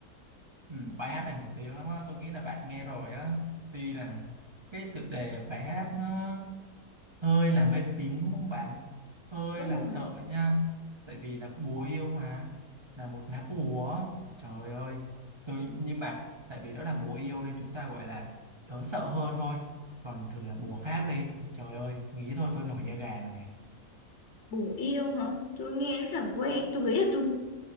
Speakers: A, on the right; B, on the left.
A: ừm, bài hát này nổi tiếng lắm á, tôi nghĩ là bạn nghe rồi á. Tuy là cái tựa đề bài hát nó hơi là mê tín đúng không bạn? Hơi
B: Đúng
A: là
B: rồi.
A: sợ nha. Tại vì là bùa yêu mà, là một lá bùa. Trời ơi, tôi nhưng mà tại vì đó là bùa yêu nên chúng ta gọi là đỡ sợ hơn thôi. Còn thử là bùa khác đi. Trời ơi, nghĩ thôi tôi nổi da gà rồi này.
B: bùa yêu hả tôi nghe rất là quen tôi nghĩ là tôi